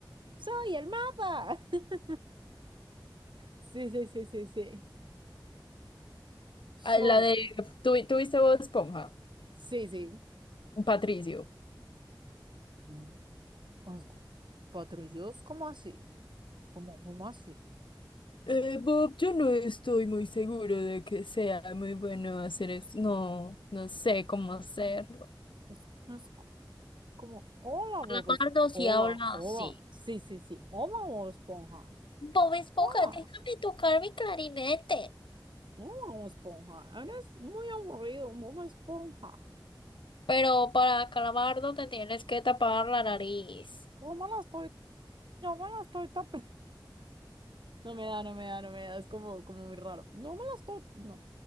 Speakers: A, on the right (about 70°); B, on the left (about 80°).
A: soy el mapa. <laughs> Sí, sí, sí, sí, sí.
B: Ah,
A: Zorro,
B: La de, ¿tú, tú viste Bob Esponja?
A: sí, sí.
B: Patricio.
A: Mm, asco. Patrullos, ¿cómo así? ¿Cómo, cómo así?
B: Eh, Bob, yo no estoy muy seguro de que sea muy bueno hacer eso. No, no sé cómo hacerlo.
A: Es, no es co- como, hola, Bob
B: Calamardo
A: Esponja.
B: si
A: Hola,
B: habla
A: hola.
B: así.
A: Sí, sí, sí. Hola, Bob Esponja.
B: Bob Esponja,
A: Hola,
B: déjame tocar mi clarinete.
A: hola, Bob Esponja. Eres muy aburrido, Bob Esponja.
B: Pero para Calamardo te tienes que tapar la nariz.
A: Yo me la estoy, yo me la estoy tapando. <laughs> No me da, no me da, no me da. Es como, como muy raro. Yo me la estoy, no.